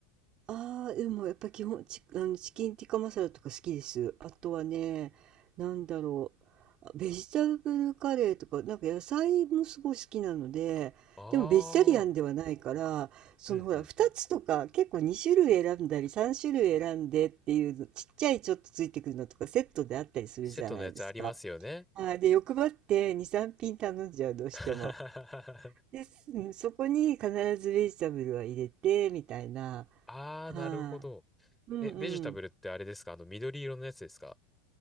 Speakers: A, on the right; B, in the centre.
A: ああ、でもやっぱ基本、チ、あの、チキンティッカマサラとか好きです。あとはね、なんだろう。あベジタブルカレーとか、なんか野菜もすごい好きなので、
B: ああー、
A: でもベジタリアンではないから、そのほら、
B: うんうんうん。
A: 2つとか結構2種類選んだり、3種類選んでっていうの、ちっちゃいちょっとついてくるのとかセットであったりするじゃないですか。
B: セットのやつありますよね。
A: はい、で、欲張って2、3品頼んじゃう、どうしても。
B: <laughs>
A: です、うんそこに必ずベジタブルは入れて、みたいな。
B: ああ、
A: は
B: なるほど。
A: い。うんうん。
B: え、ベジタブルってあれですかあの、緑色のやつですか